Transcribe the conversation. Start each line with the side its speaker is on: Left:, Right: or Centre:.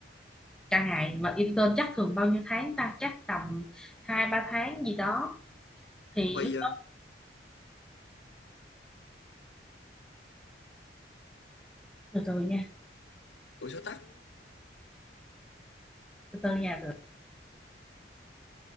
Centre: cả ngày mà intern chắc thường bao nhiêu tháng ta chắc tầm hai ba tháng gì đó thì
Left: Thôi,
Centre: lúc
Left: ờ,
Centre: từ từ nha
Left: ủa số tắc
Centre: từ từ nha từ